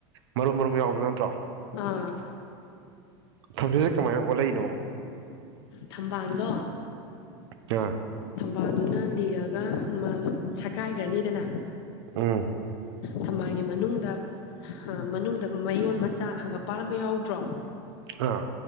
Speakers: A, on the right; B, on the left.
A: ꯃꯔꯨꯝ ꯃꯔꯨꯝ ꯌꯥꯎꯕꯗꯣ ꯅꯠꯇ꯭ꯔꯣ
B: ꯑꯥ
A: ꯊꯝꯃꯦ ꯀꯃꯥꯏꯅ ꯑꯣꯜꯂꯛꯏꯅꯣ
B: ꯊꯝꯕꯥꯜꯗꯣ
A: ꯑ
B: ꯊꯝꯕꯥꯜꯗꯨꯅ ꯂꯤꯔꯒ ꯕꯥꯜꯗꯣ ꯁꯀꯥꯏꯈ꯭ꯔꯅꯤꯗꯅ
A: ꯎꯝ
B: ꯊꯝꯕꯥꯜꯒꯤ ꯃꯅꯨꯡꯗ ꯃꯅꯨꯡꯗ ꯃꯌꯣꯟ ꯃꯆꯥ ꯍꯪꯒꯥꯄꯥ ꯟ ꯑꯃ ꯌꯥꯎ ꯇ꯭ꯔꯣ
A: ꯑꯥ